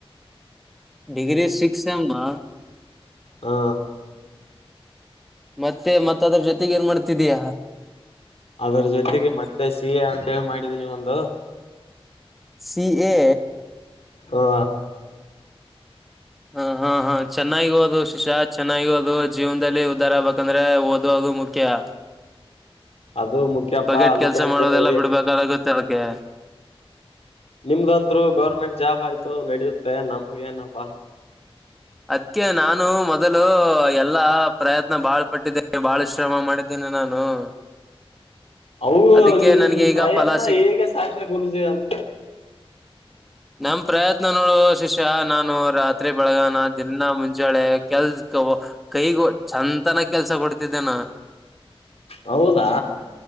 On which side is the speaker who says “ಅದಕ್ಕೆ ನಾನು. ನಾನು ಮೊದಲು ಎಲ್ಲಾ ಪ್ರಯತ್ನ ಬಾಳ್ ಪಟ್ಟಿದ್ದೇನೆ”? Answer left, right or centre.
Centre